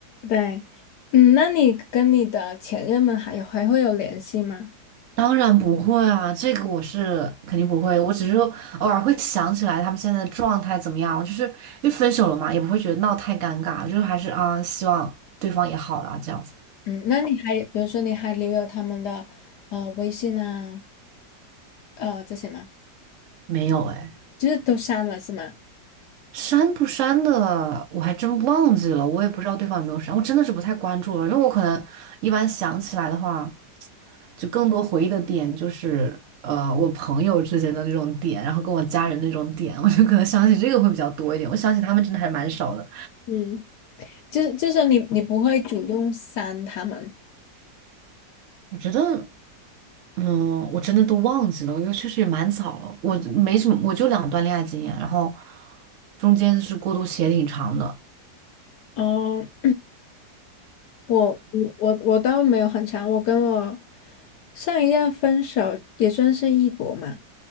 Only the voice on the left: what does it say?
对，嗯，那你跟你的前任们还有还会有联系吗？
嗯，那你还比如说你还留有他们的呃微信啊，呃这些吗？
就是都删了是吗？
嗯，就是就是你你不会主动删他们。
嗯，我我我我倒没有很长，我跟我上一任分手也算是异国嘛，